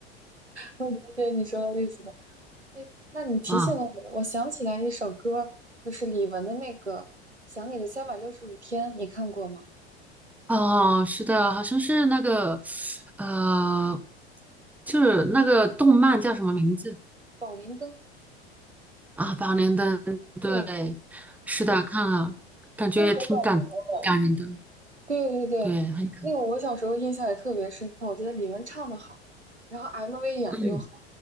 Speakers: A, on the right; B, in the centre.
A: 我理解你说的意思。哎，那你提醒了我，
B: 啊
A: 我想起来一首歌，就是李玟的那个《想你的三百六十五天》，你看过吗？
B: 哦，是的，好像是那个呃，就是那个动漫叫什么名字
A: 动画片《宝莲灯》，
B: 啊？《八连灯》对，
A: 对，
B: 是的，看了，感觉挺感感人的，
A: 那个好搞笑哦。对对对，
B: 对，很感，
A: 那个我小时候印象也特别深刻，我觉得李玟唱的好，然后 MV 演的又好，
B: 嗯，